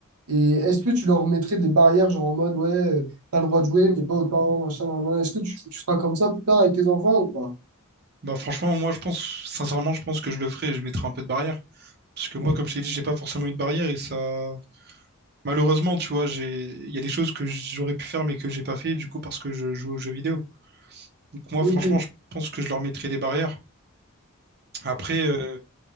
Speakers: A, on the right; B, on the right.
A: Et est-ce que tu leur mettrais des barrières, genre en mode, ouais, euh, t'as le droit de jouer, mais pas autant, machin, nan, nan. Est-ce que tu, tu feras comme ça plus tard avec tes enfants ou pas?
B: Bah franchement, moi je pense, sincèrement, je pense que je le ferai et je mettrai un peu de barrière. Parce que moi,
A: Donc,
B: comme je t'ai dit, j'ai pas forcément eu de barrière et ça. Malheureusement, tu vois, j'ai. Il y a des choses que j'aurais pu faire mais que j'ai pas fait du coup parce que je joue aux jeux vidéo. Donc moi,
A: ok.
B: franchement, je pense que je leur mettrai des barrières. Après, euh,